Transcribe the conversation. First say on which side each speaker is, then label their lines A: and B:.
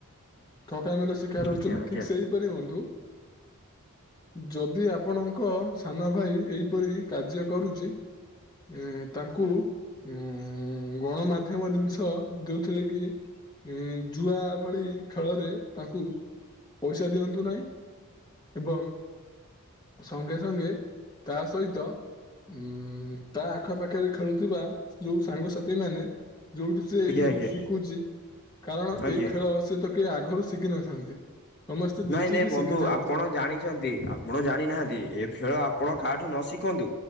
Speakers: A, on the left (about 20°); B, on the left (about 50°).
A: ଠକାମିର ଶିକାର ହଉଛନ୍ତି,
B: ଆଜ୍ଞା ଆଜ୍ଞା।
A: ଠିକ
B: ଆଜ୍ଞା
A: ସେଇପରି ବନ୍ଧୁ ଯଦି ଆପଣଙ୍କ ସାନ ଭାଇ ଏହିପରି କାର୍ଯ୍ୟ କରୁଛି ଏ ତାଙ୍କୁ ଉଁ ଗଣମାଧ୍ୟମ ଜିନିଷ ଦଉଥିରେ କି ଯୁଆ ଭଳି ଖେଳରେ ତାଙ୍କୁ ପଇସା ଦିଅନ୍ତୁ ନାହିଁ ଏବଂ ସଙ୍ଗେ ସଙ୍ଗେ ତା ସହିତ ଉଁ ତା ଆଖପାଖରେ ଖେଳୁଥିବା ଯୋଉ ସାଙ୍ଗସାଥି ମାନେ ଯୋଉଠୁ ସେ ଏଇ
B: ଆଜ୍ଞା ଆଜ୍ଞା
A: ଶିଖୁଛି କାରଣ,
B: ଆଜ୍ଞା
A: ଏଇ ଖେଳ ସେ ତ କେହି ଆଗରୁ ଶିଖିନଥାନ୍ତି ସମସ୍ତେ
B: ନାଇଁ
A: ଦେଖିକି
B: ନାଇଁ ବନ୍ଧୁ
A: ଶିଖିଥାନ୍ତି
B: ଆପଣ ଜାଣିଛନ୍ତି, ଆପଣ ଜାଣିନାହାନ୍ତି ଏ ଖେଳ ଆପଣ କାହାଠୁ ନ ଶିଖନ୍ତୁ